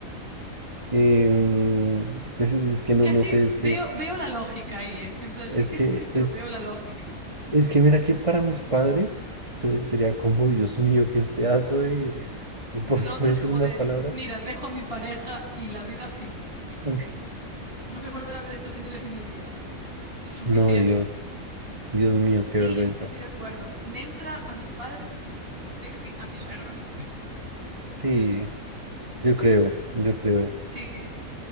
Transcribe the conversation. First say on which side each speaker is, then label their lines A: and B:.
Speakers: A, on the right; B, on the right.
A: Em, pues, es que no,
B: Casi
A: no sé, es
B: veo,
A: que,
B: veo la lógica ahí, ¿eh? En plan,
A: es
B: sí que
A: que,
B: es difícil, pero
A: es
B: veo la lógica.
A: Es que mira que para mis padres se- sería como, Dios mío, qué pedazo de, <laughs> por
B: Y lo otro
A: no decir
B: es como
A: más
B: de,
A: palabras.
B: mira, dejo a mi pareja y la vida sigue.
A: Ay.
B: No voy a volver a ver a estos señores en mi vida. Suficiente.
A: No, Dios, Dios mío, qué
B: Sí,
A: vergüenza.
B: yo estoy de acuerdo. Neutra a mis padres, sexy a mi suegra.
A: Sí, yo creo, yo creo.
B: Sí.